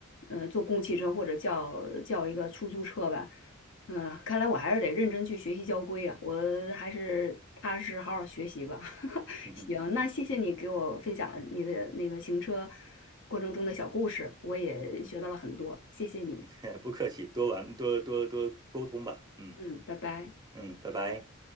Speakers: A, on the left; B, on the right.
A: 呃，坐公共汽车或者叫叫一个出租车吧。嗯、看来我还是得认真去学习交规啊，我还是踏实好好学习吧。<laughs>
B: <laughs> 嗯
A: 行，那谢谢你给我分享了你的那个行车过程中的小故事，我也学到了很多，
B: 嗯
A: 谢谢你。
B: <laughs> 不客气，多玩多多多沟通吧。嗯
A: 嗯，拜拜。
B: 嗯，拜拜。